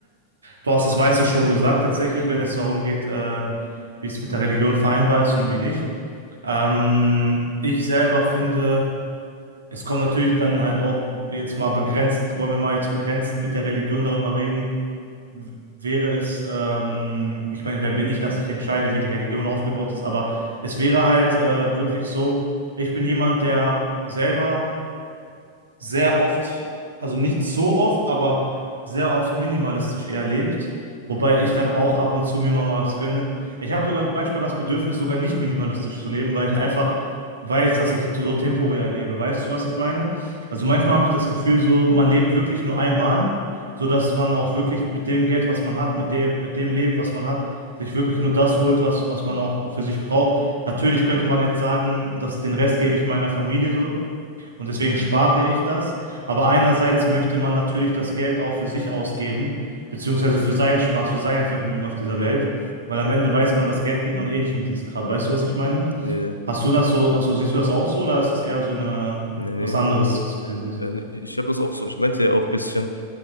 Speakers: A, on the right; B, on the left.
A: Du hast das meiste schon gesagt, tatsächlich, wenn es darum geht, ähm, wie es mit der Religion vereinbar ist und wie nicht. Ähm, ich selber finde, es kommt natürlich dann halt auch jetzt mal begrenzt, wollen wir mal jetzt begrenzt mit der Religion darüber reden, w- wäre es, ähm, ich meine, wer bin ich, dass ich entscheide, wie die Religion aufgebaut ist, aber es wäre halt äh, wirklich so, ich bin jemand, der selber sehr oft, also nicht so oft, aber sehr oft minimalistisch eher lebt. Wobei ich dann auch ab und zu mir mal was gönne. Ich habe sogar manchmal das Bedürfnis, sogar nicht minimalistisch zu leben, weil ich einfach weiß, dass ich so, so temporär lebe. Weißt du, was ich meine? Also
B: Hm,
A: manchmal habe ich das Gefühl, so man lebt wirklich nur einmal, sodass man auch wirklich mit dem Geld, was man hat, mit dem, mit dem Leben, was man hat, sich wirklich nur das holt, was, was man auch für sich braucht. Natürlich könnte man jetzt sagen, dass den Rest gebe ich meiner Familie so. Und deswegen spare ich das. Aber einerseits möchte man natürlich das Geld auch für sich ausgeben, beziehungsweise für seinen Spaß, für sein Vergnügen auf dieser
B: hm,
A: Welt. Weil am Ende weiß man, das Geld nimmt man eh nicht mit ins Grab. Weißt du, was ich meine?
B: nee,
A: Hast du das so, hast du, siehst du das auch so oder ist das eher so eine,
B: nee, nee.
A: was anderes, was du siehst?
B: Äh, ne, Ich habe das auch so. Ich meinte ja auch ein bisschen,